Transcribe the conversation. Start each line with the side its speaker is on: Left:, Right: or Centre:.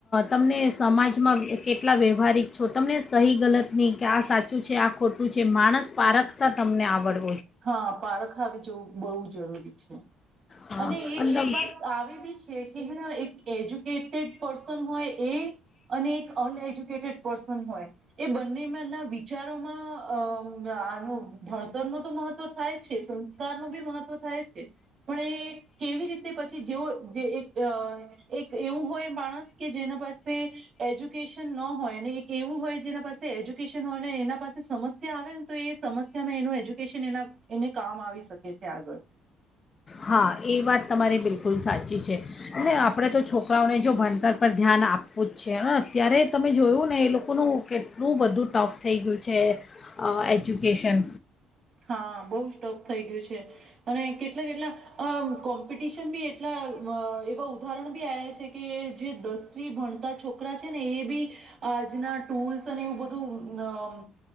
Left: તમને સમાજમાં કેટલા વ્યવહારિક છો તમને સહી ગલત નહીં કે આ સાચું છે આ ખોટું ું છે માણસ પારખતા તમને આવડું
Right: હા પાર ખ આવી જવું બહુ જરૂરી <inaudible>
Left: હા
Right: અને એ એક
Left: તમ
Right: વાત આવી બી છે કેે એક એજ્યુકેટેડ પર્સન હોય એ અને એક અનએજ્યુકેટેડ પર્સન હોય એ બંનેમાં ના વિચારોમાં અ આનો ભણતર ન તો મહત્વ થાય છે સંસ્કારનુંું બી મહત્વ થાય છે પણ એ કેવી રીતે પછી જે જે એક એક એવું હોય માણસ કે જેના પાસે એજ્યુકેશન ન હોય અને એક એવું હોય જેના પાસે એજ્યુકેશન હોય અને એના પાસે સમસ્યા આવેને તો એ સમસ્યામાં એનું એજ્યુકેશન એના એને કામ આવી શકે છે આગળ
Left: હા એ વાત તમારી બિલકુલ સાચી છે આપણે તો છોકરાઓને જો ભણતર પર ધ્યાન આપવું જ છે અત્યારે તમે જોયું ને એ લોકોનું કેટલું બધું ટફ થઈ ગયું છે એજ્યુકેશન
Right: હા બહુ સ્ટોફ થઈ ગયું છે અને કે એટ કેટલા કોમ્પિટિશન બી એટલા એવા ઉદાહરણ બી આવ્યા છે કે જે દસમ ભણતા છોકરા છે ને એ બી આજના ટૂલ્સ અને એવું બધું